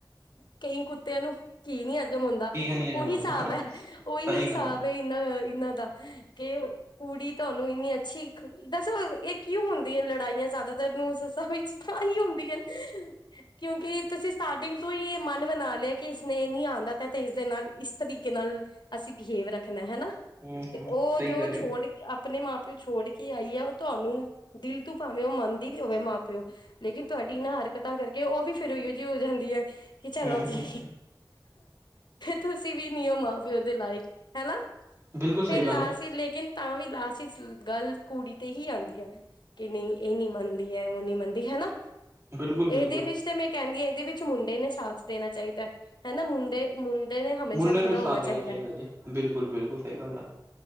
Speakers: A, on the left; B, on the right.
A: ਕਈਂ ਕੁੱਤਿਆਂ ਨੂੰ ਘੀ ਨੀ ਹਜ਼ਮ ਹੁੰਦਾ,
B: ਕੀ ਹੈ ਨੀ ਅਜਮ
A: ਓਹੀ
B: ਹੁੰਦਾ
A: ਹਿਸਾਬ ਐ, ਓਹੀ
B: ਸਹੀ
A: ਹਿਸਾਬ
B: ਗੱਲ ਹੈ
A: ਐ ਇਨਾਂ- ਇਨਾਂ ਦਾ। <unintelligible> ਕੁੜੀ, ਤੁਆਨੂੰ ਇੰਨੀ ਅੱਛੀ ਦੱਸੋ, ਏਹ ਕਿਉਂ ਹੁੰਦੀ ਐ? ਲੜਾਈਆਂ ਜ਼ਿਆਦਾਤਰ ਨੂੰਹ ਸੱਸਾ ਵਿੱਚ। ਤਾਂ ਹੀ ਹੁੰਦੀਆਂ ਨ, ਕਿਉਂਕਿ ਤੁਸੀ। ਸਟਾਟਿੰਗ ਤੋਂ ਹੀ ਮਨ ਮਨਾ ਲਿਆ, ਕਿ ਇਸਨੇ ਨੀਂ ਆਂਦਾ ਤਾਂ, ਤੇ ਇਸਦੇ ਨਾਲ ਇਸ ਤਰੀਕੇ ਨਾਲ। ਅਸੀ ਬਿਹੇਵ ਰੱਖਨਾ ਹੈਨਾ,
B: ਹਮ
A: ਤੇ
B: ਹਮ
A: ਓ
B: ਸਹੀ
A: ਜੋ
B: ਕਰ ਰਹੇ
A: ਛੋੜ
B: ਹੋ
A: ਕੇ, ਆਪਣੇ ਮਾਂ ਪਿਓ ਛੋੜ ਕੇ ਆਈ ਐ, ਓ ਤੁਆਨੂੰ ਦਿਲ ਤੋਂ ਭਾਵੇਂ ਓ ਮੰਨਦੀ ਵੀ ਹੋਵੇ ਮਾਂ ਪਿਓ। ਲੇਕਿਨ ਤੁਆਡੀ ਇਨਾਂ ਹਰਕਤਾਂ ਕਰਕੇ ਓ ਵੀ ਫੇਰ ਓਈਓ ਜੇਹੀ ਹੋ ਜਾਂਦੀ ਐ ਕਿ, ਚਲੋ
B: ਹਮ
A: ਜੀ।
B: ਹਮ
A: ਤੁਸੀ ਵੀ ਨੀ ਓ, ਮਾਂ- ਪਿਓ ਦੇ ਲਾਇਕ, ਹੈਨਾ।
B: ਬਿਲਕੁਲ ਸਹੀ
A: ਫੇਰ,
B: ਗੱਲ
A: ਲਾਸਟ
B: ਹੈ
A: 'ਚ ਲੇਕਿਨ ਤਾਂ ਵੀ ਲਾਸਟ 'ਚ ਗੱਲ ਕੁੜੀ ਤੇ ਹੀ ਆਂਦੀ ਐ ਫੇਰ। ਕਿ, ਨਈ ਏਹ ਨੀ ਮੰਨਦੀ ਐ, ਓ ਨੀਂ ਮੰਨਦੀ, ਹੈ‌ਨਾ।
B: ਬਿਲਕੁਲ
A: ਏਹਦੇ
B: ਬਿਲਕੁਲ
A: ਵਿੱਚ ਤੇ ਮੈਂ ਕੈੰਦੀ ਹਾਂ, ਏਹਦੇ ਵਿੱਚ ਮੁੰਡੇ ਨੇ ਸਾਥ ਦੇਨਾ ਚਾਈਦਾ, ਹੈਨਾ ਮੁੰਡੇ। ਮੁੰਡੇ ਨੇ, <unintelligible>
B: ਮੁੰਡੇ ਨੂੰ ਸਾਥ
A: ਹੋਣਾ
B: ਦੇਣਾ
A: ਚਾਹੀਦਾ
B: ਚਾਈਦਾ ਜੀ, ਬਿਲਕੁਲ- ਬਿਲਕੁਲ ਸਈ ਗੱਲ ਆ।